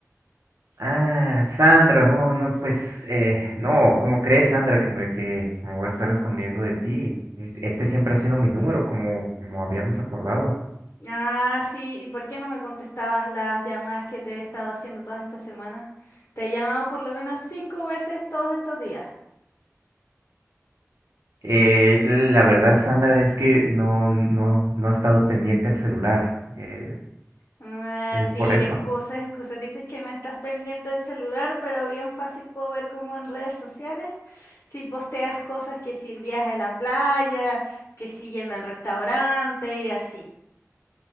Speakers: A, on the right (about 65°); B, on the left (about 50°).
A: Ah, Sandra, no, no, pues, eh, no, ¿cómo crees, Sandra, que me, que, que me voy a estar escondiendo de ti? Es- Este siempre ha sido mi número, como, como habíamos acordado.
B: Ah, sí, ¿y por qué no me contestabas las llamadas que te he estado haciendo todas estas semanas? Te he llamado por lo menos cinco veces todos estos días.
A: Eh, la verdad, Sandra, es que no, no, no ha estado pendiente el celular. Eh,
B: Ah,
A: es
B: sí,
A: por eso.
B: excusas, excusas. Dices que no estás pendiente del celular, pero bien fácil puedo ver como en redes sociales, si posteas cosas que si el viaje a la playa, que si yendo al restaurante y así.